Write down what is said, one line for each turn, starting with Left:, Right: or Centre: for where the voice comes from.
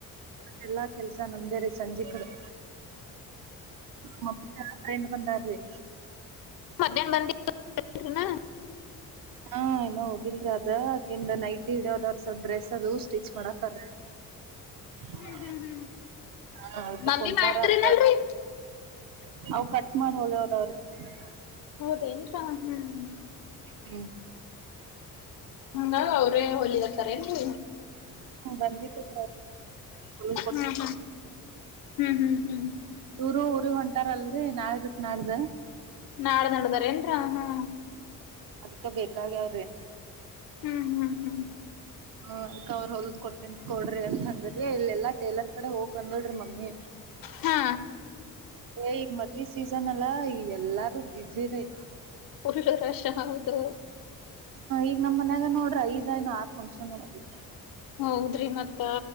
Right: ಮತ್ತ ಎಲ್ಲಾ ಕೆಲ್ಸ ನಮ್ದೇ ರೀ ಸಂಜೆ ಕಡೇ ಮತ್ಯ ಫ್ರೆಂಡ್ ಬಂದಾರ್ರೀ
Left: ಮಧ್ಯಾನ್ ಬಂದಿ ತ್ ತೆ ಏನ
Right: ಹಾ ಏನೋ ಹೋಗಿಲ್ರರಿ ಅದಕೆಂದ ನೈಟ್ ಇಡ್ಯೋದವರ್ ತದ್ರೆ ಡ್ರೆಸ್ ಅದು ಸ್ಟಿಚ್ ಮಾಡ ತರ <inaudible>
Left: ಹ್ಮ್ ಹ್ಮ್ ಹ್ಮ್
Right: ಹಾ
Left: ಮಮ್ಮಿ
Right: ಕುಂತಾರ
Left: ಮಾಡ್ತರಿನಲ್ರರಿ
Right: ಅದಕ್ಕ ಹ್ಮ ಅವ್ ಕಟ್ ಮಾಡಿ ಹೊಲ ಹೋದವ್ರೆ ಹ್ಮ
Left: ಹೌದ ನ್ರ ಹ್ಮ್
Right: ಹ್ಮ್
Left: ಹಂಗ ಅವ್ರೇ ಹೋಲಿಕತರೇನ್ರಿ
Right: ಹ ಬಂದಿದ ರಿ ಒಂದ್ ಕೊಟ್
Left: ಹ್ಮ್ ಹ್ಮ್ ಹ್ಮ್ ಹ್ಮ್
Right: ಅವ್ರು ಇ ಹೊಂಟಾರಲ್ರಿ ನಾಳೆ ಬಿಟ್ಟ ನಾಡ್ದ
Left: ನಾಡ್ದಾ ನಡ್ದಾರೇನ್ರ ಹಾ
Right: ಅದ್ಕ ಬೇಕಾಗಿಯಾವ್ರಿ
Left: ಹ್ಮ್ ಹ್ಮ್ ಹ್ಮ್
Right: ಹ ಅದಕ್ಕ ಅವ್ರ ಹೊಲ್ದ ಕೊಡ್ತ ಕೊಡ್ರಿ ಅಂತಂದ್ರಿ ಇಲ್ಲೆಲ್ಲಾ ಟೇಲರ್ ಕಡೆ ಹೋಗ್ ಬಂದೋಡ್ರಿ ಮಮ್ಮಿ
Left: ಹಾ
Right: ಈಗ ಮದ್ವಿ ಸೀಸನ್ ಅಲ್ಲಾ ಈ ಎಲ್ಲಾರು ಬ್ಯುಸಿರಿ
Left: ಫುಲ್ ರಷ ಹೌದು
Right: ಈಗ ನಮ್ಮ ಮನ್ಯಾಗ ನೋಡ್ರಿ ಐದ್ ಎನ್ ಆರ್ ಫಂಕ್ಷನ್ ಅವರ್ರಿ
Left: ಹೌದ್ರಿ ಮತ್ತ